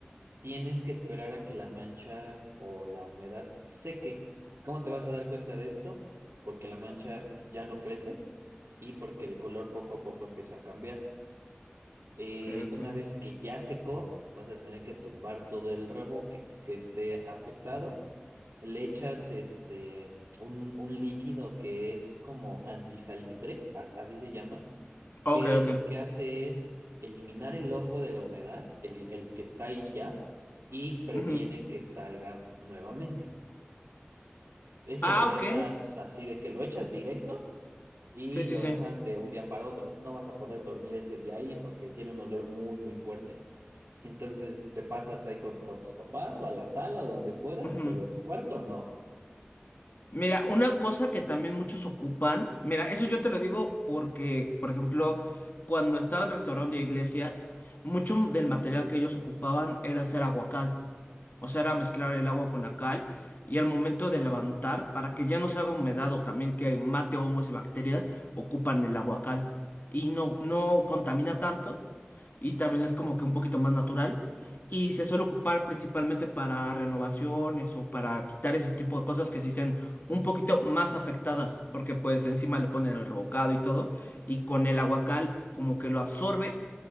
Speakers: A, on the right (about 75°); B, on the left (about 50°).
A: Tienes que esperar a que la mancha o la humedad seque. ¿Cómo te vas a dar cuenta de esto? Porque la mancha ya no crece y porque el color poco a poco empieza a cambiar. Eh,
B: Ok, ok.
A: una vez que ya secó, vas a tener que tumbar todo el reboque que esté afectado. Le echas este, un, un líquido que es como antisalitre, as- así se llama,
B: Ok,
A: que
B: ok.
A: lo que hace es eliminar el hongo de la humedad, el, el que está ahí ya, y previene
B: Ujú.
A: que salga nuevamente. Ese
B: Ah,
A: lo dejas
B: ok.
A: así de que lo echas directo y
B: Sí, sí,
A: lo
B: sí.
A: dejas de un día para otro. No vas a poder dormir ese día ahí porque tiene un olor muy, muy fuerte. Entonces te pasas ahí con, con tus papás o a la sala o donde puedas,
B: Ujú.
A: pero en tu cuarto no.
B: Mira, una cosa que también muchos ocupan, mira, eso yo te lo digo porque, por ejemplo, cuando estaban restaurando iglesias, mucho del material que ellos ocupaban era hacer aguacal. O sea, era mezclar el agua con la cal y al momento de levantar, para que ya no se haga humedad o también que mate hongos y bacterias, ocupan el agua cal. Y no, no contamina tanto y también es como que un poquito más natural. Y se suele ocupar principalmente para renovaciones o para quitar ese tipo de cosas que sí estén un poquito más afectadas, porque pues encima le ponen el revocado y todo, y con el aguacal como que lo absorbe,